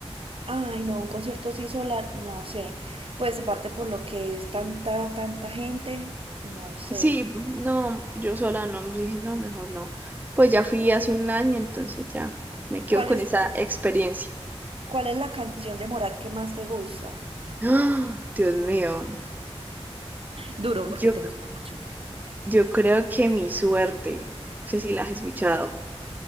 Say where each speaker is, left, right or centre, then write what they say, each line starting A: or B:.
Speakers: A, on the right (about 60°); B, on the right (about 15°).
A: Ay, no, un concierto así sola, no sé. Pues aparte por lo que es tanta, tanta gente, no sé.
B: Sí, no, yo sola no, yo dije, no, mejor no. Pues ya fui hace un año, entonces ya me quedo
A: ¿Cuál
B: con
A: es?
B: esa experiencia.
A: ¿Cuál es la canción de Morat que más te gusta?
B: ¡Ah! Dios mío,
A: Duro, porque
B: yo,
A: te gusta mucho.
B: yo creo que mi suerte, no sé si la has escuchado.